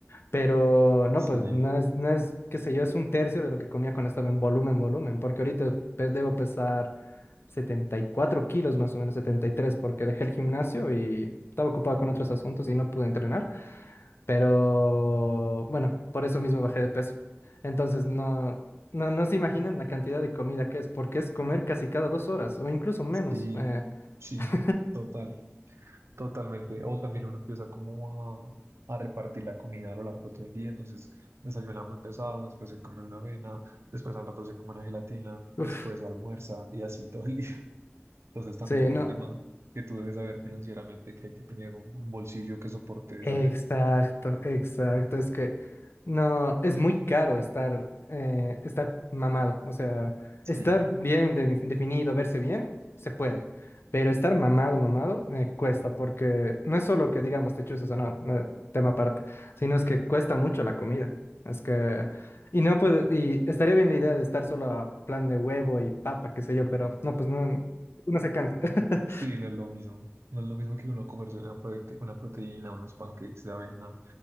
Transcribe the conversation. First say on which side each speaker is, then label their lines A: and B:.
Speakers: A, on the left (about 60°); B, on the right (about 75°).
A: Pero no,
B: Sí,
A: pues no es, no es, qué sé yo, es un tercio de lo que comía cuando estaba en volumen, volumen, porque ahorita pues, debo pesar 74 kilos más o menos, 73, porque dejé el gimnasio y estaba ocupado con otros asuntos y no pude entrenar, pero bueno, por eso mismo bajé de peso. Entonces no, no, no se imaginan la cantidad de comida que es, porque es comer casi cada dos horas o incluso menos.
B: Sí,
A: eh,
B: sí,
A: <laughs>
B: total. Totalmente. O también uno empieza como a, a repartir la comida a lo largo de todo el día. Entonces desayuna muy pesado, después se come una avena, después al rato se come una gelatina,
A: Uf,
B: después almuerza y así todo el día. <laughs> Entonces también
A: sí,
B: es
A: no.
B: un tema que tú debes saber financieramente que hay que tener un, un bolsillo que soporte esa
A: Exacto,
B: dieta.
A: exacto. Es que no, es muy caro estar, eh, estar mamado. O sea,
B: Sí,
A: estar bien de- definido, verse bien, se puede. Pero estar mamado, mamado, eh, cuesta, porque no es solo que digamos te chuses o no, no, tema aparte, sino es que cuesta mucho la comida. Es que, y no puede, y estaría bien la idea de estar solo a plan de huevo y papa, qué sé yo, pero no, pues no, uno se cansa. <laughs>
B: sí, no es lo mismo. No es lo mismo que uno comerse una, prote- una proteína, unos pancakes de avena,